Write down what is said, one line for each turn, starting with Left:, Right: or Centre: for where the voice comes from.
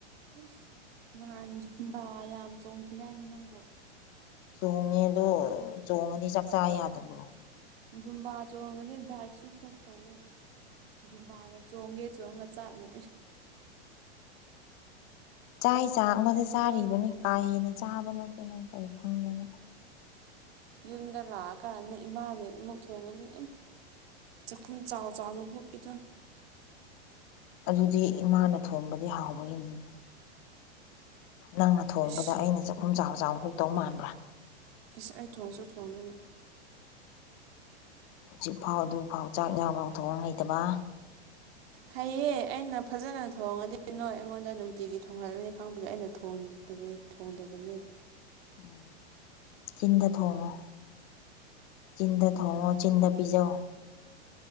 Right: ꯏꯁꯁ ꯅꯍꯥꯟ ꯌꯨꯝꯕ ꯌꯥꯝ ꯆꯣꯡꯈꯤꯅꯅꯤ ꯅꯪꯕꯨ
Left: ꯆꯣꯡꯉꯦ ꯑꯗꯣ ꯆꯣꯡꯉꯗꯤ ꯆꯥꯛꯆꯥꯥ ꯌꯥꯗꯕ꯭ꯔꯣ
Right: ꯖꯨꯝꯕꯥ ꯆꯣꯡꯉꯅꯤ ꯗꯥꯏꯛꯁꯨ ꯈꯔ ꯇꯧꯎ ꯖꯨꯝꯕꯥꯗ ꯆꯣꯡꯒꯦ ꯆꯣꯡꯒ ꯆꯥꯛꯅ
Left: ꯆꯥꯛ ꯆꯥꯛ ꯑꯃꯗ ꯆꯥꯔꯤꯕꯅꯤ ꯀꯥ ꯍꯦꯟꯅ ꯆꯥꯕ ꯅꯠꯇꯅ ꯀꯔꯤ ꯈꯪꯗꯅ
Right: ꯌꯨꯝꯗ ꯂꯥꯛꯑꯀꯥꯟꯗꯅꯦ ꯏꯃꯥꯅꯦ ꯑꯃꯃꯨꯛ ꯊꯣꯡꯉꯅꯤ ꯆꯥꯛꯈꯨꯝ ꯆꯥꯎ ꯆꯥꯎꯅ ꯍꯨꯛꯏꯅ
Left: ꯑꯗꯨꯗꯤ ꯏꯃꯥꯅ ꯊꯣꯡꯕꯗꯤ ꯍꯥꯎꯕꯒꯤꯅꯤ ꯅꯪꯅ ꯊꯣꯡꯕꯗ
Right: ꯏꯁ
Left: ꯑꯩꯅ ꯆꯥꯛꯈꯨꯝ ꯆꯥꯎ ꯆꯥꯎ ꯍꯨꯛꯇꯧ ꯃꯥꯟꯕ꯭ꯔꯥ
Right: ꯏꯁ ꯑꯩ ꯊꯣꯡꯁꯨ ꯊꯣꯡꯗꯣꯏꯅꯨ
Left: ꯍꯧꯖꯤꯛꯐꯥꯎ ꯑꯗꯨꯐꯥꯎ ꯆꯥꯛ ꯏꯟꯖꯥꯡꯐꯥꯎ ꯊꯣꯡ ꯂꯩꯇꯕ
Right: ꯍꯩꯌꯦ ꯑꯩꯅ ꯐꯖꯅ ꯊꯣꯡꯉꯗꯤ ꯅꯣꯏ ꯑꯩꯉꯣꯟꯗ ꯅꯨꯡꯇꯤꯒꯤ ꯊꯣꯡꯍꯜꯂꯅꯤ ꯈꯪꯕꯒꯤ ꯑꯩꯅ ꯊꯣꯡꯗꯕꯩ ꯊꯣꯡꯗꯕꯅꯦ
Left: ꯎꯝ ꯆꯤꯟꯗ ꯊꯣꯡꯉꯣ ꯆꯤꯟꯗ ꯊꯣꯡꯉꯣ ꯆꯤꯟꯗ ꯄꯤꯖꯧ